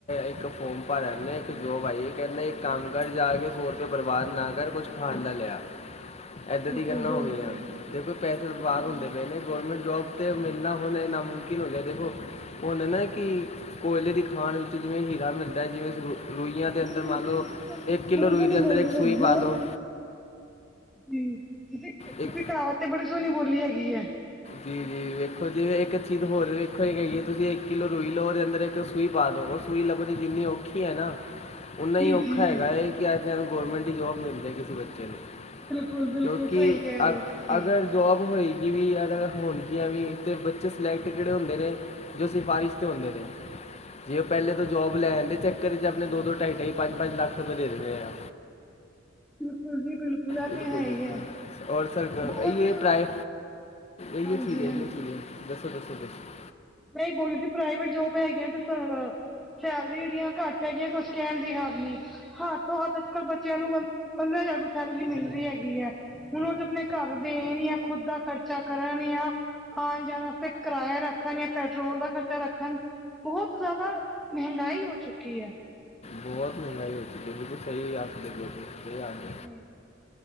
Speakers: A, on the left; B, in the centre.
A: ਇੱਕ ਫੋਰਮ ਭਰ ਆ ਇੱਕ ਜੋਬ ਆਈ ਕਹਿੰਦੇ
B: ਬਿਲਕੁਲ
A: ਇੱਕ ਕੰਮ ਕਰ ਜਾ ਕੇ ਸੌ ਰੁਪਏ ਬਰਬਾਦ ਨਾ ਕਰ ਕੁਛ ਖਾਣ ਡਾ ਲਿਆ। ਏਦਾਂ
B: ਬਿਲਕੁਲ
A: ਦੀ ਗੱਲਾਂ
B: ਬਿਲਕੁਲ
A: ਹੋ ਗਈਆਂ ਦੇਖੋ ਪੈਸੇ ਬਰਬਾਦ
B: ਹਾਂਜੀ
A: ਹੁੰਦੇ, ਗੌਰਮੈਂਟ ਜੋਬ 'ਤੇ ਮਿਲਣਾ ਹੁਣ ਨਾਮੁਕਿਨ ਹੋ ਗਿਆ ਦੇਖੋ, ਉਹਨ ਨਾ ਕਿ ਕੋਇਲੇ ਦੀ ਖਾਣ ਵਿੱਚ ਜਿਵੇਂ ਹੀਰਾ ਮਿਲਦਾ ਜਿਵੇ ਸਰੂ ਰੂਈਆਂ ਦੇ ਅੰਦਰ,
B: ਬਿਲਕੁਲ
A: ਮੰਨ ਲਉ
B: ਤੁਸੀਂ ਕਹਾਵਤ
A: ਇੱਕ
B: ਤਾਂ
A: ਕਿੱਲੋ
B: ਬੜੀ
A: ਰੂਈ
B: ਸੋਹਣੀ
A: ਦੇ ਅੰਦਰ
B: ਬੋਲੀ
A: ਇੱਕ
B: ਹੈਗੀ
A: ਸੂਈ
B: ਹੈ
A: ਪਾ ਲਉ
B: ਜੀ ਤੁ ਤੁਸੀ
A: ਇੱਕ
B: ਕਹਾਵਤ ਤੇ ਬੜੀ ਸੋਹਣੀ ਬੋਲੀ ਹੈਗੀ ਹੈ।
A: ਜੀ ਜੀ ਵੇਖੋ ਜਿਵੇਂ ਇੱਕ ਚੀਜ਼ ਹੋਰ ਵੇਖੋ ਹੀ ਹੈਗੀ ਹੈ, ਤੁਸੀਂ ਇੱਕ ਕਿੱਲੋ ਰੋਈ ਲਓ ਉਹਦੇ ਅੰਦਰ ਇੱਕ ਸੂਈ ਪਾ ਦਿਉ। ਸੂਈ ਲੱਭਦੀ ਜਿੰਨੀ ਔਖੀ ਹੈ ਨਾ। ਓਨਾ
B: ਜੀ
A: ਹੀ ਔਖਾ
B: ਜੀ
A: ਹੈਗਾ ਹੈ, ਕਿ ਅ ਗੌਰਰਮੈਂਟ ਜੋਬ ਮਿਲਦੀ ਕਿਸੇ ਬੱਚੇ ਨੂੰ।
B: ਬਿਲਕੁਲ ਬਿਲਕੁਲ
A: ਕਿਉਂਕਿ,
B: ਸਹੀ ਕਹਿ ਰਹੇ
A: ਅ
B: ਹੋ ਤੁਸੀਂ
A: ਅਗਰ ਜੋਬ ਹੋਏਗੀ ਵੀ ਯਾਰ। ਹੋਣਗੀਆਂ ਵੀ ਇਥੇ ਬੱਚੇ ਸਿਲੈਕਟ, ਕਿਹੜੇ ਹੁੰਦੇ ਨੇ ਜੋ ਸਿਫਾਰਸ਼ 'ਤੇ ਹੁੰਦੇ ਨੇ। ਜੇ ਉਹ ਪਹਿਲੇ ਤੋਂ ਜੋਬ ਲੈਣ ਦੇ ਚੱਕਰ ਚ ਆਪਣੇ ਦੋ ਦੋ ਢਾਈ ਢਾਈ ਪੰਜ ਪੰਜ ਲੱਖ ਰੁਪਏ ਦੇ ਦਿੰਦੇ ਆ।
B: ਬਿਲਕੁਲ ਜੀ ਇਹ
A: ਬਿਲਕੁਲ
B: ਤੇ ਹੈ
A: ਬਿਲਕੁਲ
B: ਹੀ ਹੈ
A: ਰ ਸਰ ਪ੍ਰਏ।
B: ਬਹੁਤ
A: ਇਹੀ
B: ਹਾਂਜੀ
A: ਚੀਜ਼ ਹੈ ਇਹੀ ਚੀ ਹੈ ਦੱਸੋ ਦੱਸੋ ਦੱਸੋ।
B: ਮੈਂ ਹੀ ਬੋਲੀ ਸੀ ਪ੍ਰਾਈਵੇਟ ਜੋਬ ਹੈਗੀਆਂ, ਤੇ ਸੈਲਰੀ ਜੜੀਆਂ ਘੱਟ। ਹੈਗੀ ਕੁਛ ਕਹਿਣ ਦੀ ਹਾਰ ਨਹੀਂ। ਹੱ ਤੋਂ ਹੱਥ ਅੱਜ ਕਲ ਬੱਚਿਆਂ ਨੂੰ ਪੰਦਰਾਂ ਹਜ਼ਾਰ ਰੁਪਏ ਸੈਲਰੀ ਮਿਲ ਰਹੀ ਹੈਗੀ ਹੈ। ਹੁਣ ਉਹ ਤੇ ਆਪਣੇ ਘਰ ਦੇ ਨ ਆ ਖੁੱਦ ਦਾ ਖ਼ਰਚਾ ਕਰਨ ਆ। ਆਉਣ ਜਾਣ ਫੇ ਕਿਰਾਇਆ ਰੱਖਣਣੇ। ਪੈਟਰੋਲ ਦਾ ਖ਼ਰਚਾ ਰੱਖਣ, ਬਹੁਤ ਜ਼ਿਆਦਾ ਮਹਿੰਗਾਈ ਹੋ ਚੁੱਕੀ ਹੈ।
A: ਬਹੁਤ ਮਹਿੰਗਾਈ ਹੋ ਚੁੱਕੀ ਬਿਲਕੁਲ ਸਹੀ ਆ ਆ <unintelligible>
B: ਜੀ।